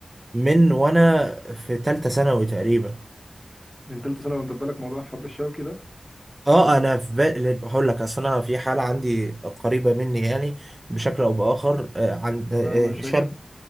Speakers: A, on the right; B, in the centre.
A: من وانا في تالتة ثانوي تقريبا
B: من ثالثه سنه وانت في بالك موضوع حبل الشوكي ده
A: اه انا في بالي هقول لك اصل انا في حاله عندي قريبه مني يعني بشكل او باخر آه، عن آه،
B: ده مشاكل
A: آه، شاب